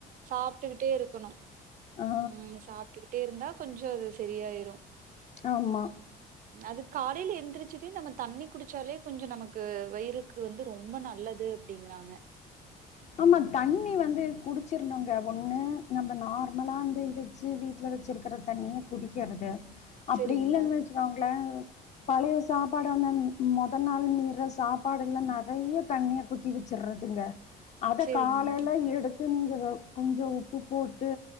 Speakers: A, on the right; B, on the left.
A: சாப்ட்டுக்கிட்டே இருக்குணு
B: ஆ
A: ம் சாப்ட்டுக்கிட்டே இருந்தா கொஞ்சோ அது செரியாயிரு
B: ஆமா
A: அது காலையில எந்திரிச் செர்ரி நம்ம தண்ணி குடிச்சாலே கொஞ்சோ நமக்கு வயிறுக்கு வந்து ரொம்ப நல்லது அப்டிங்றாங்க
B: ஆம்மா தண்ணி வந்து குடிச்சிருந்தவங்க வொண்ண நம்ம நார்மலா அந்து இது இதுச்சு வீட்ல வச்சிருக்கிற தண்ணி குடிக்கிறது அப்டி
A: சேரிங்க
B: இல்லைன்னு வெச்சுக்கோங்ளே பழய சாப்பாடனன் மொதல் நாள் மீர்ர சாப்பாடுல்லா நெறையே தண்ணிய குத்தி வச்சிற்றதுங்க அதக்
A: சரிங்க.
B: காலைலே எடுத்து நீங்க வெவ் கொஞ்சோ உப் ப்பு போட்டு